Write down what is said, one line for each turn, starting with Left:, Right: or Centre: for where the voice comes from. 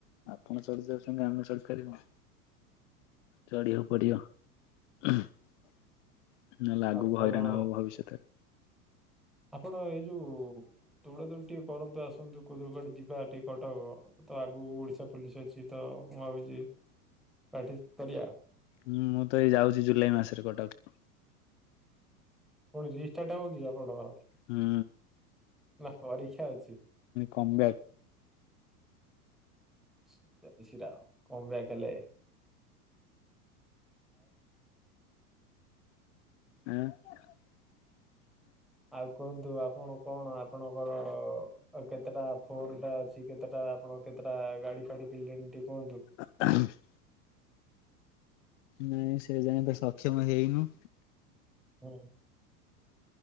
Left: ଆପଣ ଚଢି ଯାଉଚନ୍ତି ଆମେ ଚଢିପାରିବୁନୁ? ଚଢିବାକୁ ପଡିବ।
Centre: ହୁଁ।
Left: ନହେଲେ ଲାଗୁ
Centre: ଆପଣ
Left: ହଇରାଣ ହବ ଭବିଷ୍ୟତରେ।
Centre: ଆପଣ ଏଇ ଯୋଉ ଦୌଡା ଦୌଡି ଟିକେ କରନ୍ତୁ ଆସନ୍ତୁ କୋଉ କୁଡେ ଯିବା ଟିକେ କଟକ। ତ ଆଗକୁ ଓଡିଶା ପୋଲିସ ଅଛି ତ ମୁଁ ଭାବୁଚି <unintelligible> କରିବା।
Left: ହୁଁ ମୁଁ ତ ଏଇ ଯାଉଚି ଜୁଲାଇ ମାସରେ କଟକ।
Centre: ପୁଣି ରିଷ୍ଟାଟ ହବ କି ଆପଣଙ୍କର?
Left: ହୁଁ।
Centre: ବାଃ ପରୀକ୍ଷା ଅଛି।
Left: କମ୍ ବ୍ୟାକ।
Centre: <unintelligible> କମ ବ୍ୟାକ ହେଲେ
Left: ଆଁ? <unintelligible>
Centre: ଆଉ କୁହନ୍ତୁ ଆପଣ କଣ ଆପଣଙ୍କର ଆଉ କେତେଟା ଫୋନ ଟା ଅଛି କେତେଟା ଆପଣଙ୍କ କେତେଟା ଗାଡି ଫାଡି କିଣିଲେଣି ଟିକେ କୁହନ୍ତୁ।
Left: <unintelligible> ନାଇଁ ସେ ଯାଏ ତ ସକ୍ଷମ ହେଇନୁ।
Centre: ହୁଁ।